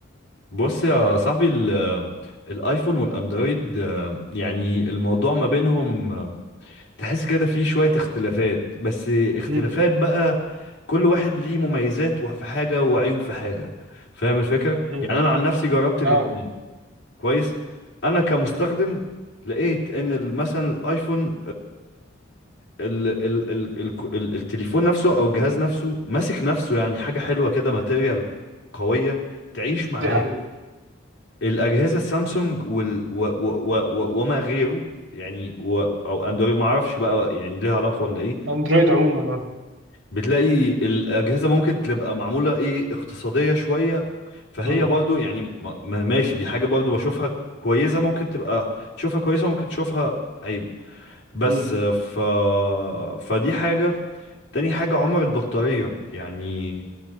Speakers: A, on the left; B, on the right.
A: بص يا صاحبي ال- الايفون والاندرويد آه، يعني الموضوع ما بينهم آه، تحس كده فيه شوية اختلافات بس اختلافات
B: امم
A: بقى كل واحد ليه مميزات وح- في حاجة وعيوب في حاجة فاهم الفكرة
B: امم
A: يعني انا عن نفسي جربت الاتنين
B: اه
A: كويس انا كمستخدم لقيت ان ال- مثلا الايفون ال ال ال ال ال التليفون نفسه او الجهاز نفسه ماسك نفسه يعني حاجه حلوه كده ماتيريال قويه تعيش معاك
B: دي حقيقه
A: الاجهزه السامسونج وال و و و و وما غيره يعني و او اندرويد ما اعرفش بقى يعني ليها علاقه ولا ايه
B: اندرويد عموما اه
A: بتلاقي الاجهزه ممكن تبقى معموله ايه اقتصاديه شويه فهي
B: امم
A: برضو يعني ما ما- ماشي دي حاجه برضو بشوفها كويسه ممكن تبقى تشوفها كويسه ممكن تشوفها عيب بس
B: امم
A: ف فدي حاجه تاني حاجة عمر البطارية يعني